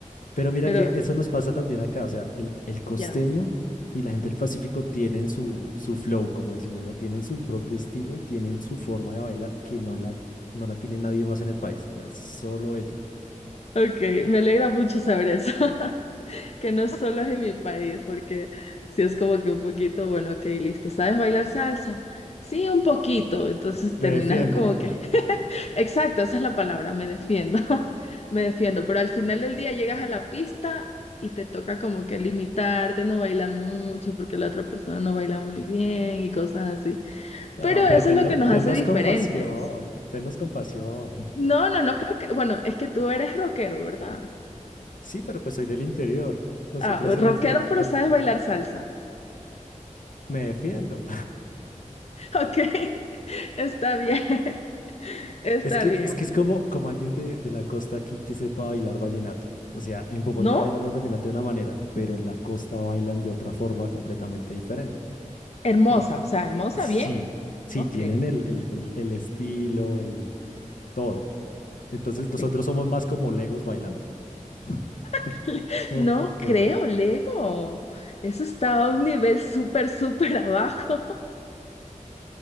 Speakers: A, on the left; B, on the left.
A: Pero mira
B: Pero
A: que eso nos pasa también acá, o sea, el, el costeño
B: ya.
A: y la gente del Pacífico tienen su, su flow, como decimos, ¿no? Tienen su propio estilo y tienen su forma de bailar que no la, no la tiene nadie más en el país, o sea, solo ellos.
B: Ok, me alegra mucho saber eso, <laughs> que no solo es en mi país, porque si es como que un poquito, bueno, ok, listo, ¿sabes bailar salsa? Sí, un poquito, entonces terminas
A: Me defiendo.
B: como que Exacto, esa es la palabra, me defiendo, <laughs> me defiendo, pero al final del día llegas a la pista y te toca como que limitarte, no bailar mucho porque la otra persona no baila muy bien y cosas así. Pero
A: Ah,
B: eso
A: pero tenno-
B: es lo que nos
A: tennos
B: hace diferentes.
A: compasión, tennos compasión.
B: No, no, no creo que, bueno, es que tú eres rockero, ¿verdad?
A: Sí, pero pues soy del interior. Nosotros
B: Ah,
A: en,
B: rockero,
A: en,
B: pero
A: en-
B: sabes bailar salsa. <laughs>
A: me defiendo.
B: Ok, <laughs> está bien, <laughs> está
A: Es que
B: bien.
A: es que es como, como alguien de, de la costa aquí que sepa bailar vallenato. O sea, en Bogotá
B: ¿No?
A: bailamos vallenato de una manera, pero en la costa bailan de otra forma completamente diferente.
B: Hermosa,
A: Y
B: o sea, hermosa,
A: sí,
B: bien.
A: sí,
B: Ok.
A: tienen el, el, el, el estilo, el todo. Entonces nosotros
B: Sí.
A: somos más como legos bailando. <laughs>
B: <laughs> Le-
A: No,
B: No
A: ¿por qué
B: creo,
A: no?
B: Lego. Eso está a un nivel súper, súper <laughs> abajo,